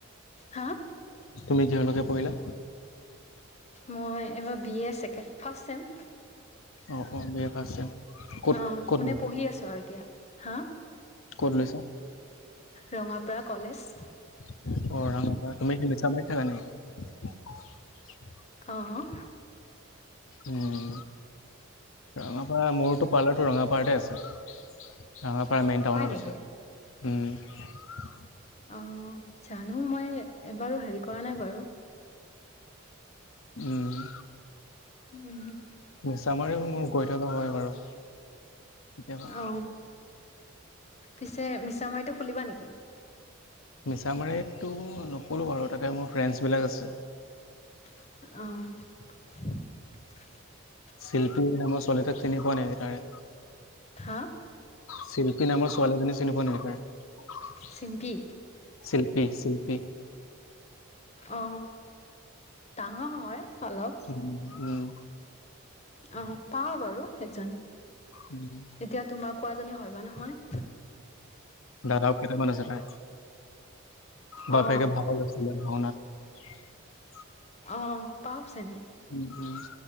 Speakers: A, on the left; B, on the left.
A: হা?
B: তুমি কিহলৈকে পঢ়িলা?
A: মই এইবাৰ বি এ ছেকে ফাৰ্ষ চেম।
B: অ', অ', বি এ চেম ক'ত-ক'ত
A: অ', মানে
B: লৈছা?
A: পঢ়ি আছো আৰু এতিয়া হা?
B: ক'ত লৈছা?
A: ৰঙাপাৰা কলেজ।
B: অ, ৰাঙাপাৰা তুমি কি মিছামাৰীত থাকা নেকি?
A: অ',
B: উম, ৰাঙাপাৰা মোৰতো পাৰ্লাৰটো ৰঙাপাৰতে আছে ৰাঙাপাৰা মেইন টাউনত
A: হয় নেকি
B: আছে। উম,
A: অ, জানো মই এবাৰো হেৰি কৰা নাই বাৰু।
B: উম,
A: উম,
B: মিছামাৰীওঁ মোৰ গৈ থকা হয় বাৰু। কেতিয়াবা।
A: অ, পিছে মিছামাৰীটো খুলিবা নেকি?
B: মিছামাৰীতটো নুখোঁলো বাৰু তাতে মোৰ ফ্ৰেণ্ডছ বিলাক আছে।
A: আহ,
B: চিল্পী নামৰ ছোৱালী এটাক চিনি পোৱা নিকি তাৰে?
A: হা
B: চিল্পী নামৰ ছোৱালীজনী চিনি পোৱা নিকি তাৰে?
A: চিম্পী
B: চিল্পী -চিল্পী
A: অ, ডাঙৰ হয়। অলপ
B: উম, উম,
A: অ, পাওঁ বাৰু সেইজন।
B: উম,
A: এতিয়া তোমাৰ কোৱাজনী হয় বা নহয়
B: দাদাও কেইটামান আছে তাই বাপেকে
A: অ
B: ভাঁও লৈছিলে ভাওনাত <unintelligible>
A: আহ পাও চিনি
B: উম, উম।